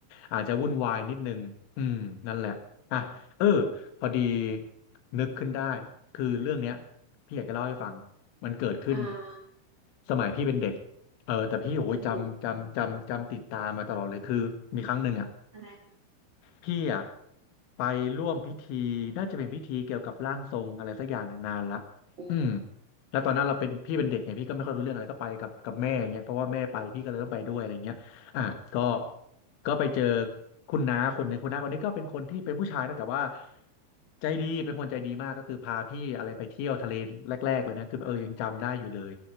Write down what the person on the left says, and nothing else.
อาจจะวุ่นวายนิดนึงอืมนั่นแหละอ่ะเออพอดีนึกขึ้นได้คือเรื่องเนี้ยพี่อยากจะเล่าให้ฟังมันเกิดขึ้น
สมัยพี่เป็นเด็ก เออแต่พี่โอ้ยจำจำจำจำติดตามมาตลอดเลยคือมีครั้งหนึ่งอ่ะ
พี่อ่ะไปร่วมพิธีน่าจะเป็นพิธีเกี่ยวกับร่างทรงอะไรสักอย่างเนี่ยนานละ
อืมแล้วตอนนั้นเราเป็นพี่เป็นเด็กไงพี่ก็ไม่ค่อยรู้เรื่องอะไรก็ไปกับกับแม่าเงี้ยเพราะว่าแม่ไปพี่ก็เลยต้องไปด้วยอะไรเงี้ยอ่ะก็ก็ไปเจอคุณน้าคนหนึ่งคุณน้าคนนี้ก็เป็นคนที่เป็นผู้ชายนะแต่ว่าใจดีเป็นคนใจดีมากก็คือพาพี่อะไรไปเที่ยวทะเลแรกๆเลยนะคือเออยังจำได้อยู่เลย